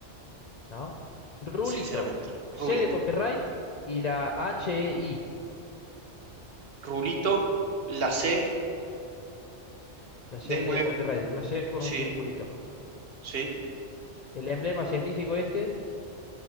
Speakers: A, on the left; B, on the right.
A: ¿no? Rulito,
B: sinceramente. Rulito.
A: C de copyright y la HEI,
B: Rulito, la C,
A: la C
B: después.
A: de copyright, una C con
B: Sí,
A: un circulito.
B: sí.
A: El emblema científico este